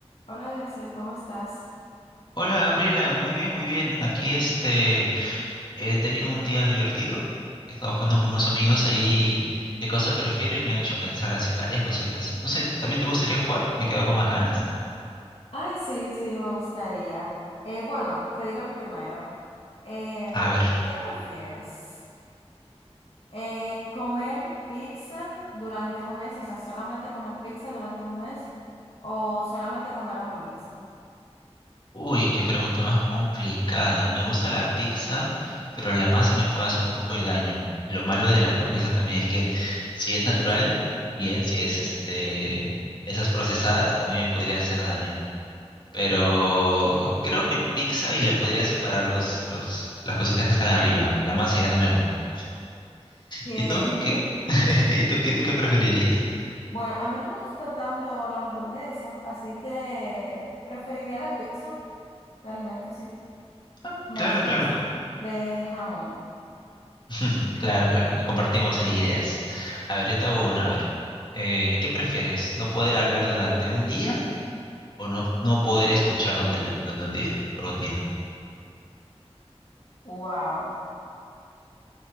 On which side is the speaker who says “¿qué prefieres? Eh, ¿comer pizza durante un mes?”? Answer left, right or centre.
Left